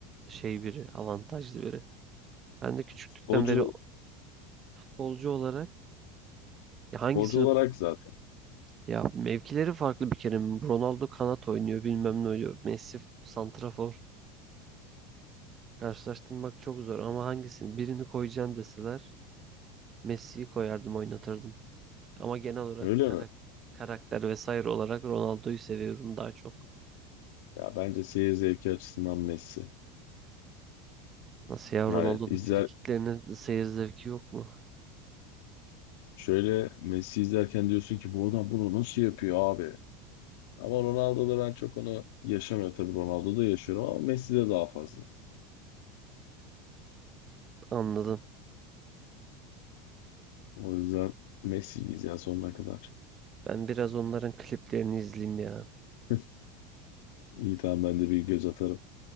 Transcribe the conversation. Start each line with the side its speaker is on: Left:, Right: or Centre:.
Right: şey biri, avantajlı biri. Ben de küçüklükten
Left: Futbolcu
Right: beri futbolcu olarak ya
Left: Futbolcu
Right: hangisini
Left: olarak
Right: ko-
Left: zaten.
Right: ya mevkileri farklı bir kere. Ronaldo kanat oynuyor, bilmem ne oynuyor. Messi santrafor. Karşılaştırmak çok zor ama hangisini birini koyacaksın deseler Messi'yi koyardım, oynatırdım. Ama genel olarak
Left: Öyle
Right: karak-
Left: mi?
Right: karakter vesaire olarak Ronaldo'yu seviyorum daha çok.
Left: Ya bence seyir zevki açısından Messi.
Right: Nasıl ya
Left: Yani
Right: Ronaldo'nun
Left: izler
Right: frikiklerinin seyir zevki yok mu?
Left: şöyle Messi izlerken diyorsun ki bu adam bunu nasıl yapıyor abi? Ama Ronaldo'da ben çok onu yaşamıyor tabii Ronaldo'da yaşıyorum ama Messi'de daha fazla.
Right: Anladım.
Left: O yüzden Messi'yiz ya sonuna kadar.
Right: Ben biraz onların kliplerini izleyeyim ya.
Left: <laughs> İyi tamam ben de bir göz atarım.